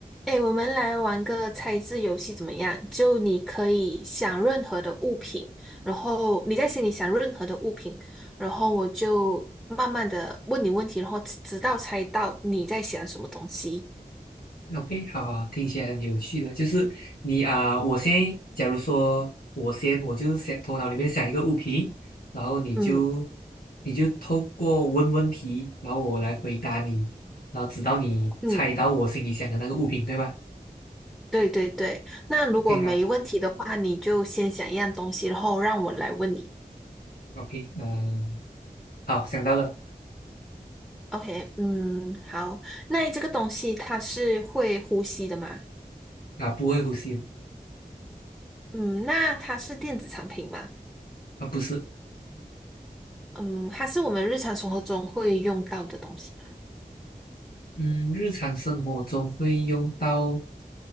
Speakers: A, in the centre; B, on the left (about 85°).
A: 哎，我们来玩个猜字游戏怎么样？就你可以想任何的物品，然后你在心里想任何的物品，然后我就慢慢的问你问题，然后直直到猜到你在想什么东西。
B: OK，好，听起来很有趣的，就是你啊、我先，假如说我先，我就是想头脑里面想一个物品，然后你就
A: 嗯
B: 你就透过问问题，然后我来回答你，然后直到你猜到我心里想的那个物品，
A: 嗯，
B: 对吗
A: 对对对。那如果没问题的话，
B: o k 好
A: 你就先想一样东西，然后让我来问你。
B: ，OK，嗯、好，想到了
A: OK，嗯，好。那这个东西它是会呼吸的吗？
B: 啊，不会呼吸的
A: 嗯，那它是电子产品吗？
B: 啊，不是，
A: 嗯，它是我们日常生活中会用到的东西嘛。
B: 嗯，日常生活中会用到，